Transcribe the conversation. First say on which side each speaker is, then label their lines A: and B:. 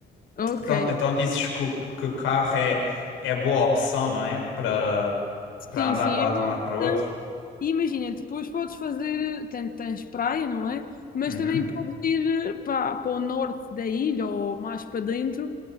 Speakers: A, on the left; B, on the left.
A: Ok,
B: Então, então dizes que o, que o carro é, é boa opção, não é? Para
A: Sim,
B: para andar
A: sim,
B: lá
A: é
B: de
A: boa
B: um lado
A: opção.
B: para o outro.
A: E imagina, depois podes fazer, tanto tens praia, não é? Mas
B: Uhum.
A: também podes ir para, para o norte da ilha ou mais para dentro